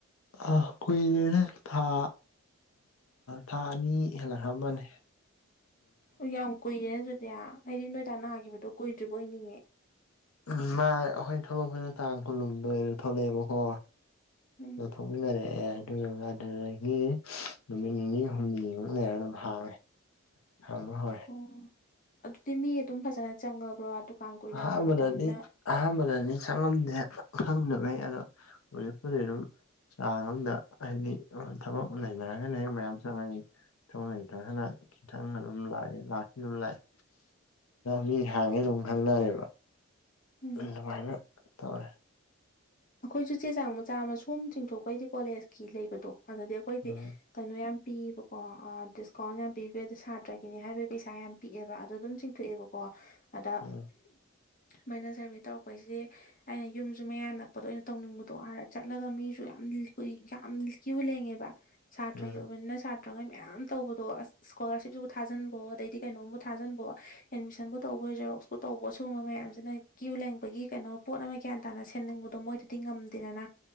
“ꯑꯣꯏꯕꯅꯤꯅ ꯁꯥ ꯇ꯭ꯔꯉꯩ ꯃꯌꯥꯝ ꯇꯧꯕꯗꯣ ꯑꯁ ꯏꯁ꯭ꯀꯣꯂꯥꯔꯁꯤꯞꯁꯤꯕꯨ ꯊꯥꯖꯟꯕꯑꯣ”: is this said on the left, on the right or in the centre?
Left